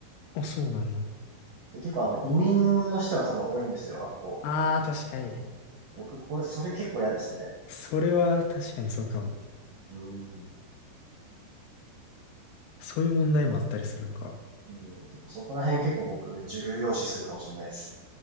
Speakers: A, on the left; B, on the right.
A: あ、そうなんや。
B: で、結構あの移民の人が多分多いんですよ、あっこ。
A: ああ、確かに。
B: 僕、これ、それ結構嫌ですね。
A: それは確かにそうかも。
B: うん、う
A: そういう問題もあったりするんか。
B: ん結構そこら辺結構僕重要視するかもしれないです。